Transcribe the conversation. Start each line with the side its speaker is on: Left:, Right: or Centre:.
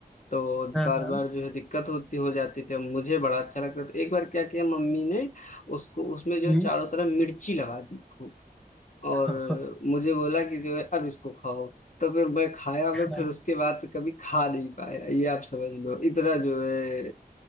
Left: तो
Centre: हाँ
Left: बार
Centre: हाँ
Left: बार जो है दिक्कत होती हो जाती थी अब मुझे बड़ा अच्छा लगता तो एक बार क्या किया मम्मी ने उसको उसमें जो
Centre: हम्म
Left: है चारों तरफ मिर्ची लगा दी और
Centre: <laughs> हाँ,
Left: मुझे बोला कि जो है अब इसको खाओ तो फिर मैं खाया मैं
Centre: हाँ,
Left: फिर उसके बाद कभी खा नहीं पाया ये आप समझ लो इतना जो है